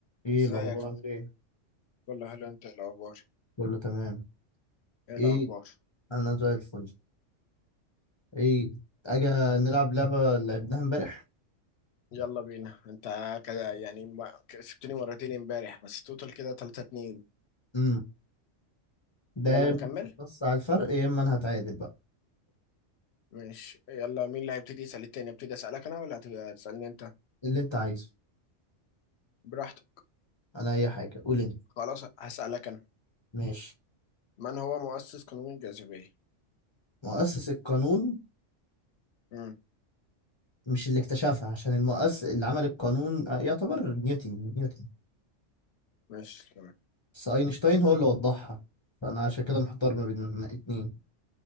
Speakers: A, on the left; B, on the left.
A: ايه
B: ازيك
A: الاخبار عامل ايه
B: كله حلو انت ايه الاخبار
A: كله تمام
B: ايه الاخبار
A: ايه انا زي الفل ايه اجي نلعب لعبه اللي لعبناها امبارح
B: يلا بينا انت كده يعني ما كسبتني مرتين امبارح بس توتال كده 3 2
A: امم ده
B: يلا
A: يا إما
B: نكمل
A: بص على الفرق يا اما انا هتعادل بقى
B: ماشي يلا مين اللي هيبتدي يسأل التاني ابتدي اسألك انا ولا هت- هتسألني انت
A: اللي انت عايزه
B: براحتك
A: انا اي حاجه قول انت
B: خلاص هسألك انا
A: ماشي
B: من هو مؤسس قانون الجاذبية
A: مؤسس القانون
B: امم
A: مش اللي اكتشفها عشان المؤسس اللي عمل القانون آه، يعتبر نيوتن نيوتن
B: ماشي تمام
A: بس اينشتاين هو اللي وضحها فانا عشان كده محتار ما بين اتنين